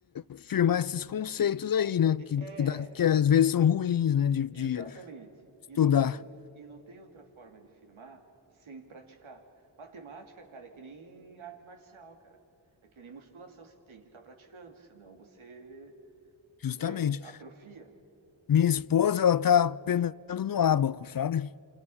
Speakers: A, on the left; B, on the right.
A: firmar esses conceitos aí, né? Que,
B: É,
A: que, dá- que às vezes são ruins, né? De, de
B: exatamente.
A: estudar.
B: E não tem outra, e não tem outra forma de firmar sem praticar. Matemática, cara, é que nem arte marcial, cara. É que nem musculação, você tem que estar praticando, senão você
A: Justamente.
B: é, atrofia.
A: Minha esposa, ela tá penando no ábaco, sabe?